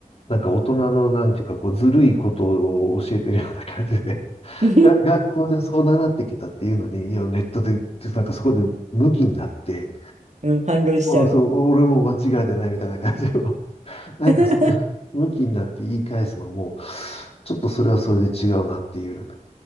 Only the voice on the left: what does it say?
なんか大人のなんていうか、こう、ずるいことを教えてるような感じで、<laughs>
が、学校でそう習ってきたっていうのに、いや、ネットで、でなんかそこで向きになって、
おおそう、俺も間違えてないみたいな感じを、<laughs> なんかその、
向きになって言い返すのも、ちょっとそれはそれで違うなっていう。